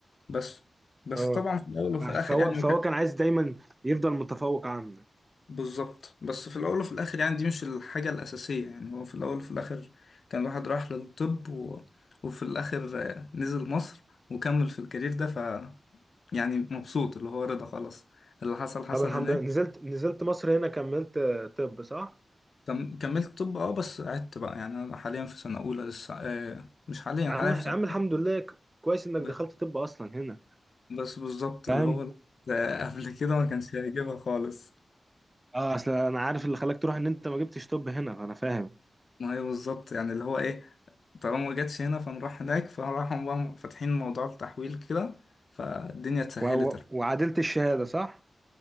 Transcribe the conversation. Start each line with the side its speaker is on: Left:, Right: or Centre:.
Left: بس بس
Right: اه
Left: طبعا في الاول وفي
Right: عش-
Left: الاخر
Right: فهو
Left: يعني
Right: فهو كان عايز دايما يفضل متفوق عنك
Left: بالظبط بس في الأول وفي الآخر يعني دي مش الحاجة الأساسية يعني هو في الأول وفي الآخر كان الواحد راح للطب و... وفي الآخر آه، نزل مصر وكمل في الكارير ده ف يعني مبسوط اللي هو رضا خلاص اللي حصل حصل
Right: طب الحمد
Left: هناك
Right: لله نزلت نزلت مصر هنا كملت آه، طب صح
Left: كم... كملت طب اه بس قعدت بقى يعني أنا حاليا في سنة أولى لسه آه مش حاليا
Right: يا
Left: حاليا
Right: عم
Left: في
Right: يا
Left: سنة
Right: عم الحمد لله ك- كويس انك
Left: بس,
Right: دخلت طب اصلا هنا
Left: بس بالظبط
Right: فاهم
Left: اللي هو آه، <laughs> قبل كده ما كانش هيجيبها خالص
Right: اه اصل انا عارف اللي خلاك تروح ان انت ما جبتش طب هنا انا فاهم
Left: ما هي بالظبط يعني اللي هو ايه طالما ما جاتش هنا فنروح هناك فراحوا بقى فاتحين موضوع التحويل كده فالدنيا اتسهلت
Right: و... و... وعدلت الشهاده صح